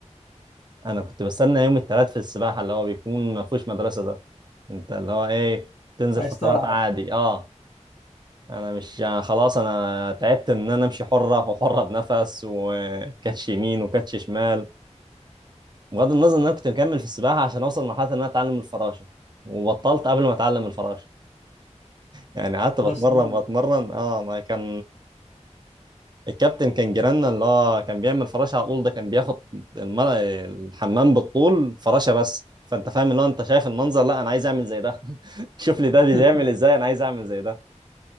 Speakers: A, on the right (about 35°); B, on the left (about 60°).
A: انا كنت بستنى يوم الثلاث في السباحه اللي هو بيكون ما فيهوش مدرسه ده انت اللي هو ايه تنزل
B: عايز
A: فترات
B: تلعب
A: عادي اه انا مش أنا خلاص انا تعبت من ان انا امشي حره وحره بنفس وكاتش يمين وكاتش شمال بغض النظر ان انا كنت مكمل في السباحه عشان اوصل لمرحله ان انا اتعلم الفراشه وبطلت قبل ما اتعلم الفراشه يعني قعدت بتمرن
B: اصلا
A: بتمرن اه ما كان الكابتن كان جيراننا اللي هو كان بيعمل فراشة على طول ده كان بياخد المر... الحمام بالطول فراشة بس فانت فاهم اللي هو انت شايف المنظر لا انا عايز اعمل زي ده <laughs> شوف لي ده
B: <laughs>
A: بيعمل ازاي انا عايز اعمل زي ده